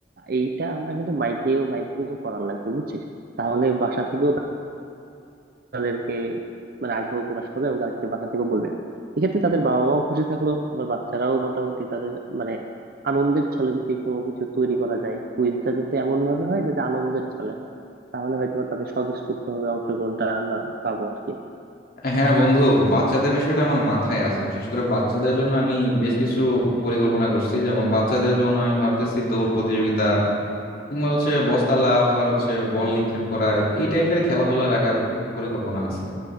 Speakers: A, on the right (about 55°); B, on the left (about 55°).
A: এইটা আমরা কিন্তু মাইকেও মাইকেও করার লাগবে বুঝছিস তাহলে বাসা থেকেও তাদেরকে মানে আগ্রহ প্রকাশ করবে এবং তাদেরকে বাসা থেকেও বলবে এক্ষেত্রে তাদের বাবা মাও খুশি থাকলো আবার বাচ্চারাও মোটামুটি তাদের মানে আনন্দের ছলে যদি কোনো কিছু তৈরি করা যায় কুইজটা যদি এমন ভাবে হয় যাতে আনন্দের ছলে হয় তাহলে হয়তো বা তাদের স্বতঃস্ফূর্ত ভাবে অংশগ্রহণটা আমরা পাবো আর কি
B: হ্যাঁ বন্ধু বাচ্চাদের বিষয়টা আমার মাথায় আছে বিশেষ করে বাচ্চাদের জন্য আমি বেশ কিছু পরিকল্পনা করছি যেমন বাচ্চাদের জন্য আমি ভাবতেছি দৌড় প্রতিযোগিতা কিংবা হচ্ছে বস্তা লাফ আর হচ্ছে বল নিক্ষেপ করা এই টাইপের খেলাধুলা রাখার পরিকল্পনা আছে